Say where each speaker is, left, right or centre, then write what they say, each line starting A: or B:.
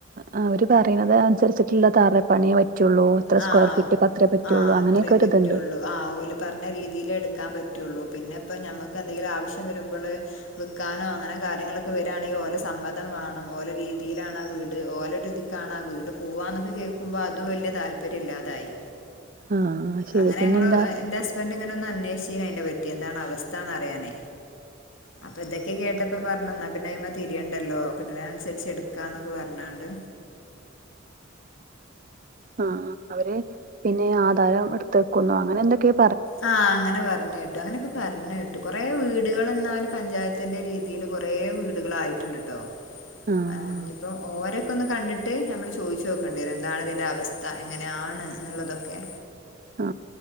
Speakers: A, on the right; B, on the left.
A: ആ അവര് പറയുന്നത് അനുസരിച്ചിട്ടുള്ള <unintelligible> ഇത്ര സ്ക്വയർ
B: ആ
A: ഫീറ്റ് അത്രേ പറ്റുള്ളൂ
B: ആ
A: അങ്ങനെയൊക്കെ
B: അത്രേ
A: ഒരിതുണ്ട്
B: പറ്റുള്ളൂ ആ ഓല് പറഞ്ഞ രീതിലെ എടുക്കാൻ പറ്റുള്ളൂ പിന്നെ ഇപ്പ നമ്മുക്ക് എന്തെങ്കിലും ആവശ്യം വരുമ്പള് വിൽക്കാനോ അങ്ങനെ കാര്യങ്ങളൊക്കെ വരുവാണെങ്കിൽ ഓല് സമ്മതം വേണം ഓല് രീതിയിലാണ് ആ വീട് ഓല് ഒരിതിക്കാണ് ആ വീട് പോവാനൊക്കെ കേൾക്കുമ്പോൾ അത് വലിയ താല്പ ര്യം ഇല്ലാതായി
A: ആ ശരി
B: അങ്ങനെ
A: പിന്നെന്താ
B: ഞങ്ങള് എന്റെ ഹസ്ബൻഡ് ഇങ്ങനെ <unintelligible> പറ്റി എന്താണ് അവസ്ഥ എന്നറിയാനേ അപ്പൊ ഇതൊക്കെ കേട്ടപ്പോ പറഞ്ഞെന്ന് പിന്നെ അതിന്മേൽ തിരിയണ്ടല്ലോ കിട്ടുന്നതിന് അനുസരിച്ച് എടുക്കാന്നൊക്കെ പറഞ്ഞാണ്ട്
A: ആ അവര് പിന്നെ ആധാരം എടുത്ത് വക്കുന്നു അങ്ങനെ എന്തൊക്കെയോ
B: ആ അങ്ങനെ പറഞ്ഞ കേട്ടു അങ്ങനെയൊക്കെ പറഞ്ഞ കേട്ടു കൊറേ വീടുകൾ എന്നാല് പഞ്ചായത്തിന്റെ രീതിയിയില് കൊറേ വീടുകള് ആയിട്ടുണ്ട് കേട്ടോ
A: ആഹ്
B: ആ ഇനിയിപ്പോ ഓരൊക്കെ ഒന്ന് കണ്ടി ട്ട് നമ്മള് ചോദിച്ചു നോക്കണുണ്ട് എന്താണ് ഇതിന്റെ അവസ്ഥ എങ്ങനെയാണ് എന്നുള്ളതൊക്കെ
A: ആ